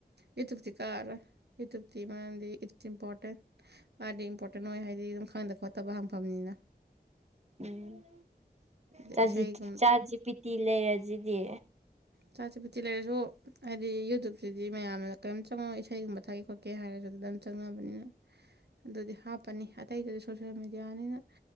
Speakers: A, on the right; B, on the right.
A: ꯌꯨꯇꯨꯞꯇꯗꯤ ꯀꯛ ꯑꯔꫭꯏ ꯌꯨꯇꯨꯞꯇꯤ ꯃꯥꯗꯤ ꯏꯠꯁ ꯏꯝꯄꯣꯔꯇꯦꯟ ꯃꯥꯗꯤ ꯏꯝꯄꯣꯔꯇꯦꯟ ꯑꯣꯏ ꯍꯥꯏꯗꯤ ꯑꯗꯨꯝ ꯈꯪꯗ ꯈꯣꯠꯇꯕ ꯍꯪꯐꯝꯅꯤꯅ
B: ꯎꯝ
A: ꯑꯗ
B: ꯆꯥꯠꯖꯤ
A: ꯏꯁꯩꯒꯨꯝꯕꯗ
B: ꯆꯥꯠꯖꯤꯄꯤꯇꯤ ꯂꯩꯔꯖꯤꯗꯤ
A: ꯆꯥꯠꯖꯤꯄꯤꯇꯤ ꯂꯩꯔꯖꯨ ꯍꯥꯏꯗꯤ ꯌꯨꯇꯨꯞꯁꯤꯗꯤ ꯃꯌꯥꯝꯅ ꯀꯔꯤꯝ ꯆꯪꯉꯣꯏ ꯏꯁꯩꯒꯨꯝꯕ ꯊꯥꯀꯦ ꯈꯣꯠ ꯀꯦ ꯍꯥꯏꯔꯖꯨ ꯑꯗꯨꯗ ꯑꯗꯨꯝ ꯆꯪꯅꯕꯅꯤꯅ ꯑꯗꯨꯗꯤ ꯍꯥꯞꯄꯅꯤ ꯑꯇꯩꯗꯗꯤ ꯁꯣꯁꯦꯜ ꯃꯦꯗꯤꯌꯥꯅꯤꯅ